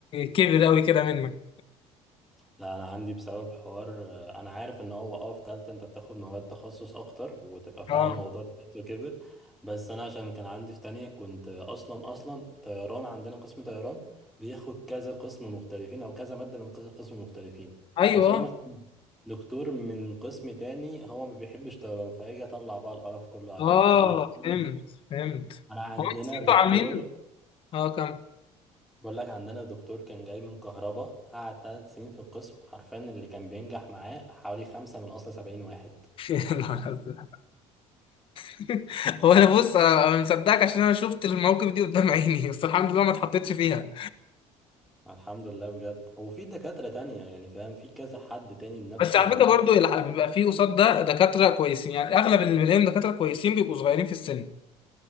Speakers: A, on the left (about 45°); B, in the centre.
A: <laughs> كبر قوي كده منك
B: لا انا عندي بسبب حوار آه، انا عارف ان هو اه في تالتة انت بتاخد مواد تخصص اكتر وتبقى فعلا
A: اه
B: الموضوع كبير كبر بس انا عشان كان عندي في تانية كنت اصلا اصلا طيران عندنا قسم طيران بياخد كذا قسم مختلفين او كذا مادة من كذا قسم مختلفين
A: ايوه
B: فتلاقي مثلا دكتور من قسم تاني هو ما بيحبش طيران فهيجي يطلع بقى القرف كله عليك
A: اه
B: طب ليه <laughs>
A: فهمت فهمت
B: انا عندنا
A: هو
B: دكتور
A: انتوا عاملين اه كم
B: بقول لك عندنا دكتور كان جاي من كهربا قعد ثلاث سنين في القسم حرفيا اللي كان بينجح معاه حوالي خمسة من أصل سبعين واحد
A: <laughs> <laughs> هو انا بص انا أنا مصدقك عشان انا شفت المواقف دي قدام عيني بس الحمد لله ما اتحطيتش فيها
B: الحمد لله بجد وفي دكاترة تانية يعني فاهم في كذا حد تاني بنفس
A: بس على
B: الفكرة
A: فكره برضو الح- بيبقى فيه قصاد ده دكاتره كويسين يعني اغلب اللي بلاقيهم دكاتره كويسين بيبقوا صغيرين في السن